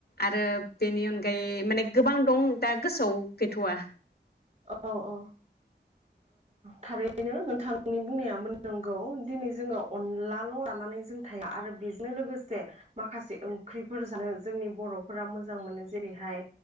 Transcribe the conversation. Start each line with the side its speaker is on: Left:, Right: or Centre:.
Left: आरो बेनि अनगायै माने गोबां दं दा गोसोआव गैथ'वा।
Right: औ औ ओ थारैनो नोंथांनि बुंनायाबो नंगौ दिनै जोंङो अनलाल' लानानै जों थाया आरो बेजों लोगोसे माखासे ओंख्रिफोर जानो जोंनि बर'फोरा मोजां मोनो जेरैहाय